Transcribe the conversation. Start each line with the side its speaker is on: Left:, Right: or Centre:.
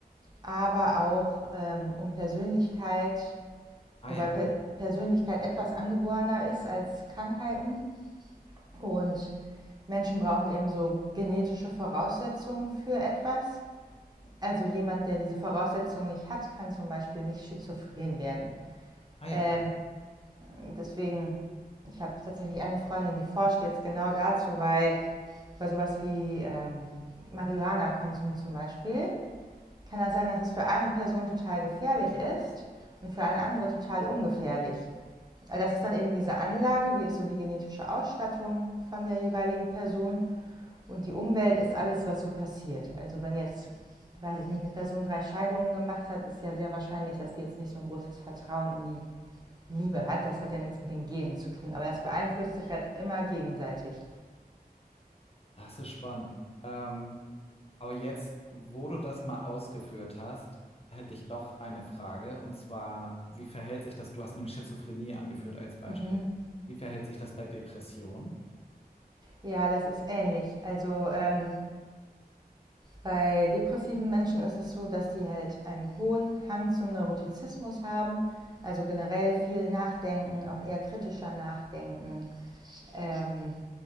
Right: aber auch ähm, um Persönlichkeit,
Left: Ah
Right: wobei
Left: ja,
Right: per Persönlichkeit etwas angeborener ist als Krankheiten. Und Menschen brauchen eben so genetische Voraussetzungen für etwas. Also jemand, der diese Voraussetzungen nicht hat, kann zum Beispiel nicht schizophren werden.
Left: ah ja,
Right: Ähm, deswegen, ich habe tatsächlich eine Freundin, die forscht jetzt genau dazu, weil bei sowas wie ähm, Marihuana-Konsum zum Beispiel, kann das sein, dass das für eine Person total gefährlich ist und für eine andere total ungefährlich. Also das ist dann eben diese Anlage, wie ist so die genetische Ausstattung von der jeweiligen Person und die Umwelt ist alles, was so passiert. Also wenn jetzt, weiß ich nicht, eine Person drei Scheidungen gemacht hat, ist ja sehr wahrscheinlich, dass die jetzt nicht so ein großes Vertrauen in die Liebe hat. Das hat ja nichts mit den Genen zu tun, aber das beeinflusst sich halt immer gegenseitig.
Left: das ist spannend. Ähm, aber jetzt, wo du das mal ausgeführt hast, hätte ich doch eine Frage. Und zwar, wie verhält sich das? Du hast nämlich Schizophrenie angeführt als Beispiel.
Right: Mhm.
Left: Wie verhält sich das bei Depression?
Right: Ja, das ist ähnlich. Also ähm, bei depressiven Menschen ist es so, dass die halt einen hohen Hang zum Neurotizismus haben, also generell viel nachdenken, auch eher kritischer nachdenken. Ähm,